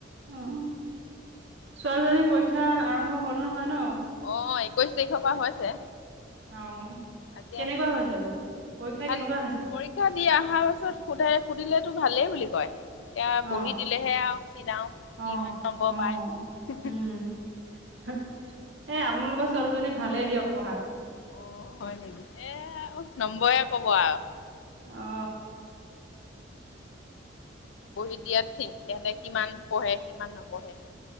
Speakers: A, on the right; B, on the left.
A: অ ছোৱালীজনী পৰীক্ষা আৰম্ভ হ'ল নহয় ন
B: অ একৈশ তাৰিখৰ পৰা হৈছে
A: অ
B: আজি
A: কেনেকুৱা
B: আছে বাৰ
A: হৈছে পৰীক্ষা
B: ভাল
A: কেনেকুৱা হৈছে
B: পৰীক্ষা দি অহা পাছত সোধাই সুধিলে টো ভালেই বুলি কয় এতিয়া
A: অ
B: বহি দিলেহে আৰু চনাাও
A: অ
B: কিমান নম্বৰ
A: অ
B: পায়
A: উম এ আপোনালোকৰ ছোৱালীজনী ভালে দিয়ক পঢ়াত
B: অ হয় নেকি এ নম্বয় কম ওৱাৱ
A: অ
B: বহি দিয়াত চিন সিহঁতে কিমান পঢ়ে কিমান নপঢ়ে